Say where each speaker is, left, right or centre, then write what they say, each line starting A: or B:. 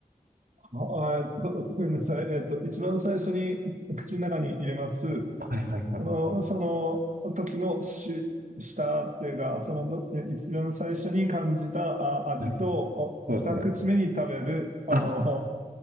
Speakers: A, on the right (about 55°); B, on the right (about 80°).
A: あ、えっと、ごめんなさい。えっと、一番最初に <laughs> 口の中に入れます。
B: はいはいはい。
A: あの、その時のし、舌っていうか、そのど、え一番最初に感じたあ味と、
B: はい。
A: お二口目に食べる、
B: そうですね。
A: あの、
B: あ